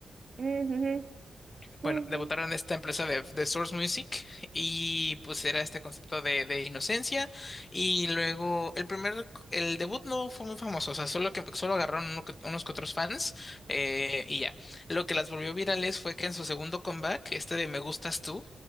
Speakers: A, on the right; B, on the left.
A: Ujú, Sí,
B: Bueno, debutaron
A: sí.
B: esta empresa de, de Source Music y pues era este concepto de, de inocencia y luego el primer, el debut no fue muy famoso, o sea, solo que solo agarraron uno que- unos que otros fans eh, y ya. Lo que las volvió virales fue que en su segundo comeback, este de Me Gustas Tú,